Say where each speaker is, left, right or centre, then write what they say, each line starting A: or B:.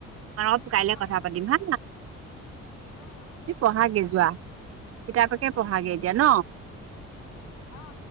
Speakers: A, on the right (about 50°); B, on the left (about 75°).
A: পা-অত কাইলে
B: অ',
A: কথা
B: অ',
A: পাতিম-হা?
B: দিয়ক অ', হ'ব
A: তুমি
B: দিয়ক
A: পঢ়াগে যোৱা। কিতাপকে পঢ়াগে
B: উম, উম।
A: এতিয়া ন?
B: অ'